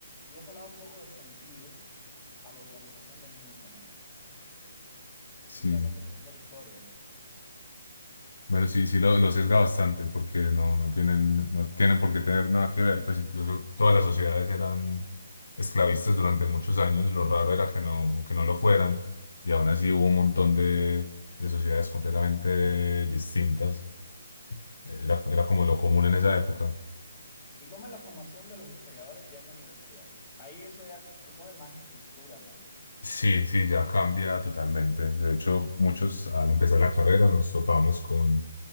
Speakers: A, on the left; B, on the left.
A: y eso le da un poco de sentido a la organización del mundo, ¿no?
B: Sí.
A: Y a la organización de la historia.
B: Bueno, sí, sí lo, lo sesga bastante porque no, no tienen, no tienen por qué tener nada que ver, pues incluso todas las sociedades eran esclavistas durante muchos años, lo raro era que no, que no lo fueran, y aún así hubo un montón de, de sociedades completamente distintas, era, era como lo
A: Y,
B: común en esa época.
A: y cómo es la formación de los historiadores ya en la universidad. Ahí eso ya se coge más estructura, ¿no?
B: Sí, sí, ya cambia totalmente. De hecho, muchos al empezar la carrera nos topamos con